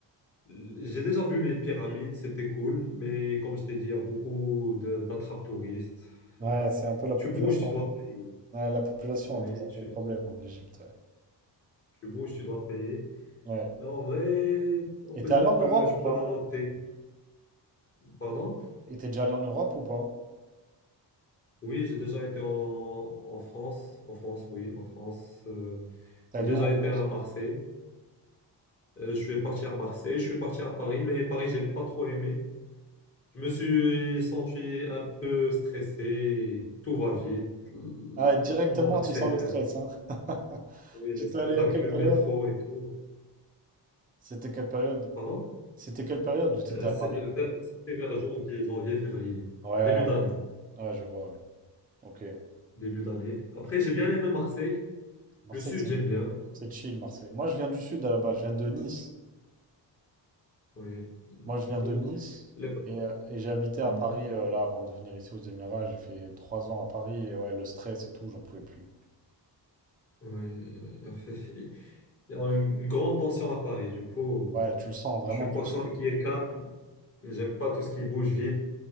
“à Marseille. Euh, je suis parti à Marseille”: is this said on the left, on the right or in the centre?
Left